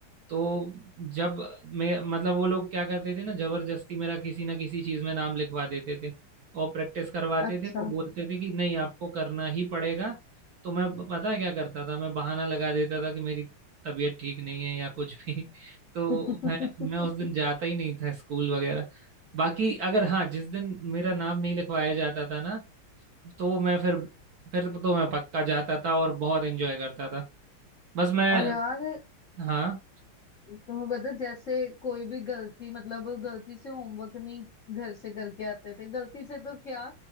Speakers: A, on the right; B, on the left.
A: तो जब मैं मतलब वो लोग क्या करते थे ना जबरदस्ती मेरा किसी ना किसी चीज में नाम लिखवा देते थे और प्रैक्टिस करवाते
B: अच्छा
A: थे वो बोलते थे कि नहीं आपको करना ही पड़ेगा तो मैं ब- पता है क्या करता था मैं बहाना लगा देता था कि मेरी तबीयत ठीक नहीं है या कुछ भी <laughs> तो
B: <laughs> हम्म
A: मैं मैं उस दिन जाता ही नहीं था स्कूल वगैरह बाकी अगर हाँ जिस दिन मेरा नाम नहीं लिखवाया जाता था ना तो मैं फिर फिर तो मैं पक्का जाता था और बहुत एंजॉय करता था बस मैं
B: और यार
A: हाँ
B: तुम्हें पता है, जैसे कोई भी गलती मतलब गलती से होमवर्क नहीं घर से करके आते थे गलती से तो क्या